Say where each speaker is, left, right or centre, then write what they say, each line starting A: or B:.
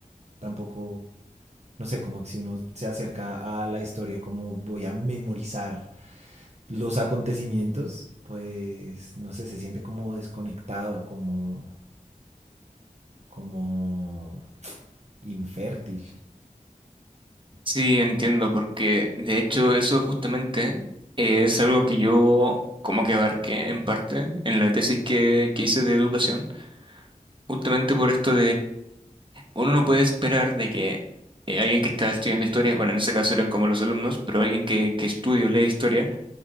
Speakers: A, on the right; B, on the right.
A: tampoco, no sé, como que si uno se acerca a la historia, como voy a memorizar los acontecimientos, pues, no sé, se siente como desconectado, como, como infértil.
B: sí, entiendo, porque de hecho eso justamente es algo que yo como que abarqué en parte en la tesis que, que hice de educación, justamente por esto uno no puede esperar de que eh, alguien que está estudiando historia, bueno, en ese caso eran como los alumnos, pero alguien que, que estudia o lee historia,